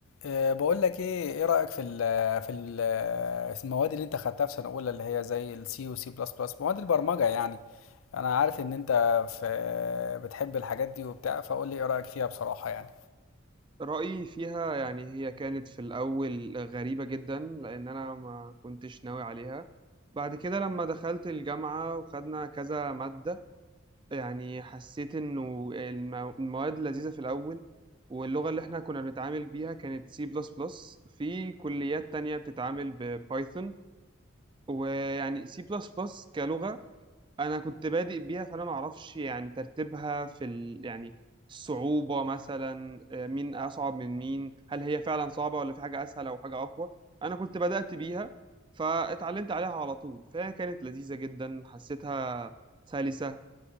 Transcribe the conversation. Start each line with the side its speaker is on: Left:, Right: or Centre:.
Left: أه بقول لك ايه ايه رأيك في ال في ال المواد اللي انت خدتها في سنة اولى اللي هي زي السي وسي بلس بلس مواد البرمجة يعني انا عارف ان انت في بتحب الحاجات دي وبتاع فقول لي ايه رأيك فيها بصراحة يعني
Right: رأيي فيها يعني هي كانت في الأول غريبة جدا لأن أنا ما كنتش ناوي عليها بعد كده لما دخلت الجامعة وخدنا كذا مادة يعني حسيت إنه المو- المواد لذيذة في الأول واللغة اللي إحنا كنا بنتعامل بيها كانت سي بلس بلس في كليات تانية بتتعامل ببايثون ويعني سي بلس بلس كلغة انا كنت بادئ بيها فانا ما اعرفش يعني ترتيبها في ال... يعني الصعوبة مثلا آه، مين اصعب من مين هل هي فعلا صعبة ولا في حاجة اسهل او حاجة اقوى انا كنت بدأت بيها فاتعلمت عليها على طول فهي كانت لذيذة جدا حسيتها سلسة